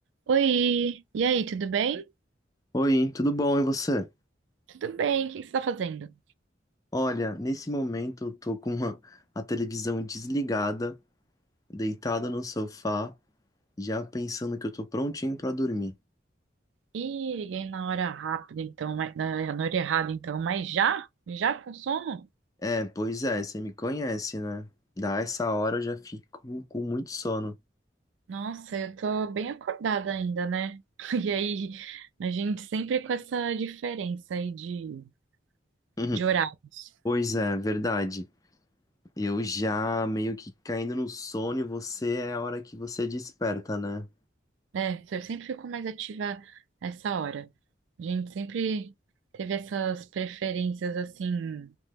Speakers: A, on the right; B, on the left.
A: Oi, e aí, tudo bem?
B: Oi, tudo bom? E você?
A: Tudo bem, o que que você está fazendo?
B: Olha, nesse momento eu tô com uma- a televisão desligada, deitada no sofá, já pensando que eu tô prontinho pra dormir.
A: Ih, liguei na hora rápida, então, mas- na na hora errada, então, mas já? Já com sono?
B: É, pois é, você me conhece, né? Da essa hora eu já fico com muito sono.
A: Nossa, eu tô bem acordada ainda, né? <laughs> E aí, a gente sempre com essa diferença aí de,
B: <laughs>
A: de horários,
B: Pois é, verdade. Eu já meio que caindo no sono e você é a hora que você desperta, né?
A: né? Eu sempre fico mais ativa essa hora. A gente sempre teve essas preferências, assim,